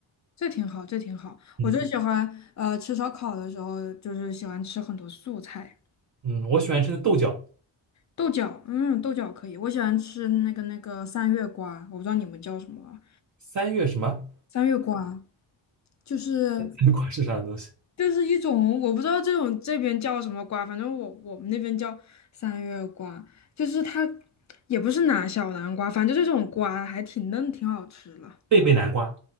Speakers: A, on the left; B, on the right.
A: 这挺好，这挺好。
B: 嗯
A: 我就喜欢呃吃烧烤的时候，就是喜欢吃很多素菜，
B: 嗯，我喜欢吃的豆角，
A: 豆角，嗯，豆角可以。我喜欢吃那个那个三月瓜，我不知道你们叫什么啊
B: 三月什么？
A: 三月瓜就是。
B: 南瓜是啥东西？
A: 就是一种我不知道这种这边叫什么瓜，反正我我们那边叫三月瓜，就是它也不是南小南瓜，反正就这种瓜还挺嫩，挺好吃了。
B: 贝贝南瓜，